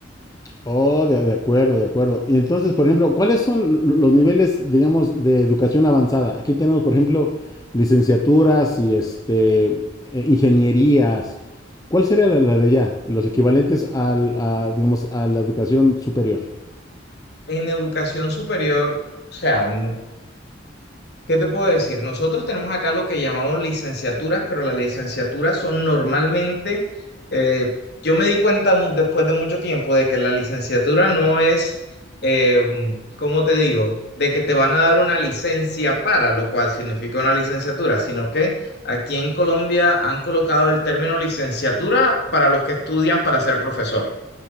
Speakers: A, on the left; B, on the left.
A: oh, de, de acuerdo, de acuerdo. Y entonces, por ejemplo, ¿cuáles son lo- los niveles, digamos, de educación avanzada? Aquí tenemos, por ejemplo, licenciaturas y este, eh, ingenierías. ¿Cuál sería la, la de allá? Los equivalentes al, a, digamos, a la educación superior.
B: En educación superior, o sea, n- ¿qué te puedo decir? Nosotros tenemos acá lo que llamamos licenciaturas, pero las licenciaturas son normalmente, eh, yo me di cuenta mu- después de mucho tiempo de que la licenciatura no es, eh, mm, ¿cómo te digo? De que te van a dar una licencia para, lo cual significa una licenciatura, sino que aquí en Colombia han colocado el término licenciatura para los que estudian para ser profesor.